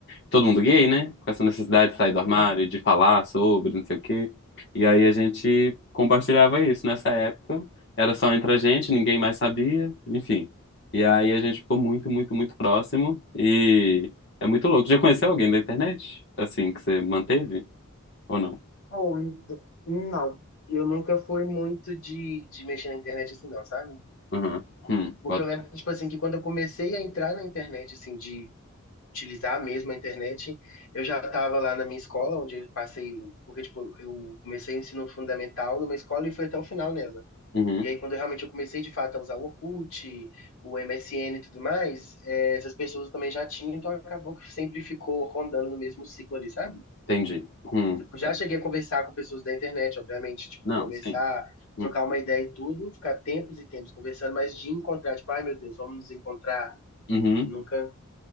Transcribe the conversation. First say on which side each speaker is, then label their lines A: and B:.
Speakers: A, on the left; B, on the left.
A: todo mundo gay, né? Com essa necessidade de sair do
B: Uhum.
A: armário, de falar sobre, não sei o quê. E aí a gente compartilhava isso nessa época. Era só entre a gente, ninguém mais sabia, enfim. E aí a gente ficou muito, muito, muito próximo. E é muito louco. Já conheceu alguém da internet? Assim, que você manteve? Ou não?
B: Oh, d- não, Eu nunca fui muito de, de mexer na internet assim, não, sabe?
A: Uhum. Hum,
B: Porque
A: bota.
B: eu lembro,
A: fé.
B: tipo assim, que quando eu comecei a entrar na internet, assim, de utilizar mesmo a internet, eu já tava lá na minha escola, onde eu passei, porque, tipo, eu comecei o ensino fundamental numa escola e fui até o final nela.
A: Uhum.
B: E aí, quando eu realmente eu comecei de fato a usar o Orkut, o MSN e tudo mais, eh, essas pessoas também já tinham, então acabou que sempre ficou rondando no mesmo ciclo ali, sabe?
A: Entendi. Hum.
B: Eu já
A: É.
B: cheguei a conversar com pessoas da internet, obviamente, tipo,
A: Não,
B: conversar,
A: sim.
B: trocar
A: Hum.
B: uma ideia e tudo, ficar tempos e tempos conversando, mas de encontrar, tipo, ai meu Deus, vamos nos encontrar,
A: Uhum.
B: nunca,